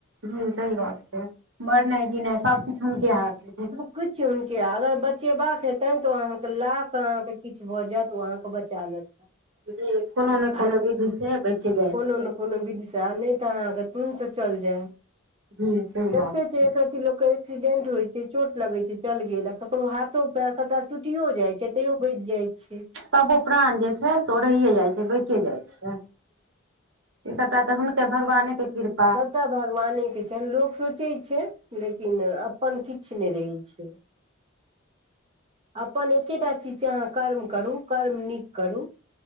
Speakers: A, on the right; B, on the right.
A: जी सही बात छै मरनाइ जीना सबकिछ हुनके हाथ में
B: किछ हुनके अगर बचेबाक हेते त ओ अहाँके ला क अहाँके किछ भ जायत ओ अहाँके बचा लेत
A: जी कोनो ने कोनो
B: आ
A: विधि से बच जाइ
B: कोनो
A: छै
B: ने कोनो विधा नहि तऽ अहाँके तन्स चल जाय
A: जी सही
B: देखते
A: बात छै
B: छ लोक के एक्सीडेंट होइ छै चोट लगे छै चल गेल ककरो हाथो पेर सबटा टूटियो जाय छै तैयो बच जाइ छै
A: तबो प्राण जे छै से ओ रहिए जाइ छै बचे जाइ छै ई सबटा त हुनके भगवाने के कृपा
B: सबटा भगवाने के छन लोक सोचे छै लेकिन अपन किछ ने रहै छै अपन एकेटा चीज छै अहाँ कर्म करूँ कर्म नीक करूँ